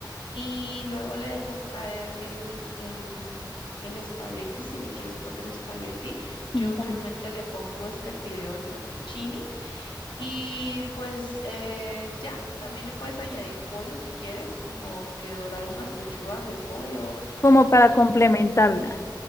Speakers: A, on the left (about 80°); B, on the left (about 35°).
A: Y luego le dejas caer el, el, el espagueti, si le quieres poner espagueti.
B: vale.
A: Yo usualmente le pongo este fideo, el fettuccini. Y pues eh, ya, también le puedes añadir pollo si quieres, como que dorar unas pechugas de pollo
B: Como para
A: y
B: complementarla.
A: ya.